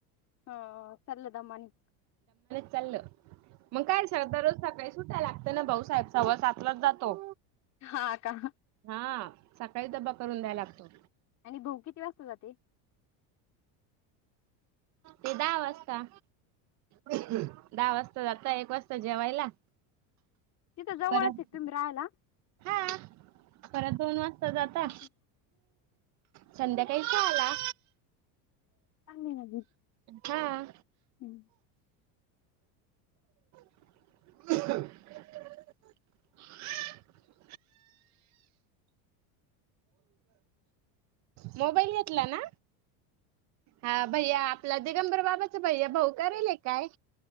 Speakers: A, on the left; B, on the right.
A: हा लदमनी
B: चाललं मग काय स दर रोज सकाळी सुटायला लाग ते ना भाऊ साहेब सव्वा सातलाच जातो
A: हा का
B: हा सकाळी ब्बा करून द्यायला लागतो
A: आणि भाऊ किती वाजता जाते
B: ते दहा वाजता दहा वाजता जाता एक वाजता जेवायला
A: तिथं जवळच
B: परत
A: ये तुम्ही राहायला.
B: हा परत दोन वाजता जाता
A: चांगली
B: संध्याकाळीस आला
A: चांगली हाय
B: हा
A: ना <unintelligible> <inaudible>
B: <inaudible> मोबाईल घेतला ना हा भैया आपला दिगंबर बाबाचा भैया भाऊ करेले काय